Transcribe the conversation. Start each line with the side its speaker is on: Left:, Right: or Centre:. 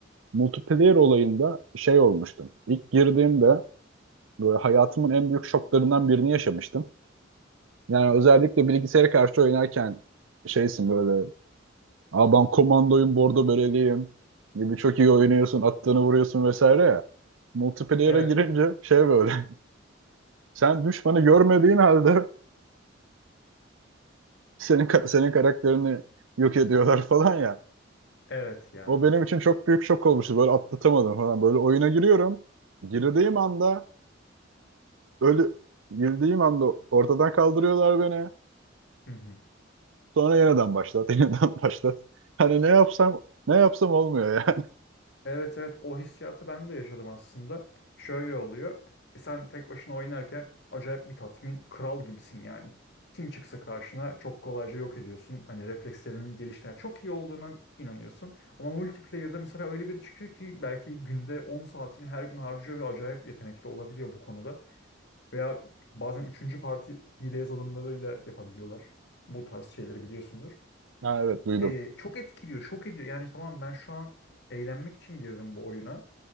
Right: multiplayer olayında şey olmuştum. İlk girdiğimde böyle hayatımın en büyük şoklarından birini yaşamıştım. Yani özellikle bilgisayara karşı oynarken şeysin böyle Aa ben komandoyum, bordo böreliyim gibi çok iyi oynuyorsun, attığını vuruyorsun vesaire ya. Multiplayer'a
Left: Evet,
Right: girince şey böyle. <laughs> Sen düşmanı görmediğin halde senin ka- senin karakterini yok ediyorlar <laughs> falan ya.
Left: evet ya.
Right: O benim için çok büyük şok olmuştu. Böyle atlatamadım falan. Böyle oyuna giriyorum. Girdiğim anda ölü girdiğim anda ortadan kaldırıyorlar beni.
Left: Hı hı.
Right: Sonra yeniden başlat, <laughs> yeniden başlat. Hani ne yapsam ne yapsam olmuyor yani. <laughs>
Left: Evet evet o hissiyatı ben de yaşadım aslında. Şöyle oluyor. E, Sen tek başına oynarken acayip bir tatmin, kral gibisin yani. Kim çıksa karşına çok kolayca yok ediyorsun. Hani reflekslerinin geliştiğine çok iyi olduğuna inanıyorsun. Ama multiplayer'da mesela öyle biri çıkıyor ki belki günde 10 saatini her gün harcıyor ve acayip yetenekli olabiliyor bu konuda. Veya bazen üçüncü parti hile yazılımlarıyla yapabiliyorlar. Bu tarz şeyleri biliyorsundur
Right: Ha, evet duydum.
Left: e, çok etkiliyor, şok ediyor. Yani tamam ben şu an eğlenmek için girdim bu oyuna